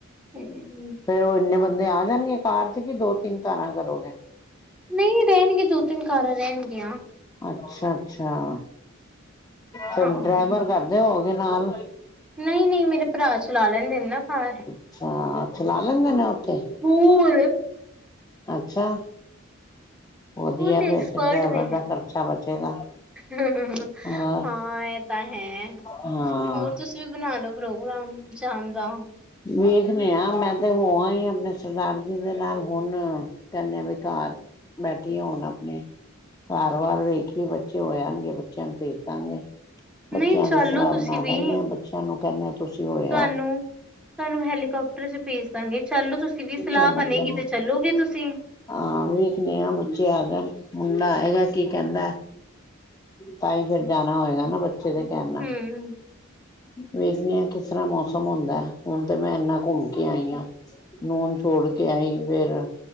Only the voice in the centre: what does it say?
ਹੂੰ,
ਨਈ ਰੈਣਗੇ ਦੋ-ਤਿੰਨ ਕਾਰਾਂ ਰੈਣਗੀਆਂ,
ਹਾਂ।
ਨਹੀ ਨਹੀ ਮੇਰੇ ਭਰਾ ਚਲਾ ਲੈਂਦੇ ਨੇ ਨਾ ਕਾਰ
ਹੂ ਏ
ਓ
ਐਕਸਪਰਟ
ਨੇ।
ਹਾਂ
ਇਹ ਤਾਂ ਹੈ ਹੋਰ
ਤੁ ਵੀ ਬਣਾ ਲੋ ਪ੍ਰੋਗਰਾਮ ਜਾਣ ਦਾ
ਨਈ ਚੱਲੋ
ਤੁਸੀਂ
ਵੀ,
ਤੁਹਾਨੂੰ
ਤੁਹਾਨੂੰ ਹੈਲੀਕਾਪਟਰ 'ਚ ਭੇਜ ਦਾਗੇ ਚਲੋ ਤੁਸੀ ਵੀ ਸਲਾਹ
ਬਣੇਗੀ
ਤੇ ਚੱਲੋਗੇ ਤੁਸੀ-
ਹੂੰ,